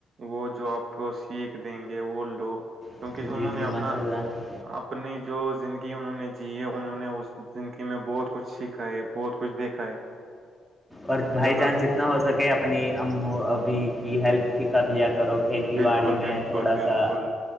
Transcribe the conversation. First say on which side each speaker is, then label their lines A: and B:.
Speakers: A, on the right; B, in the centre.
A: وہ جو آپ کو سیکھ دیں گے وہ لو کیونکہ
B: نہیں جی
A: انہوں
B: جی
A: نے اپنا
B: ماشاء اللہ
A: اپنی جو زندگی انہوں نے جی ہے انہوں نے اسی میں بہت کچھ سیکھا ہے بہت کچھ دیکھا ہے
B: اور بائی
A: جو نہ
B: چانس جتنا ہو سکے اپنی ہم ابھی کی ہیلپ کر لیا کرو کھیتی
A: بالکل
B: باڑی میں
A: بالکل
B: تھوڑا
A: بالکل
B: سا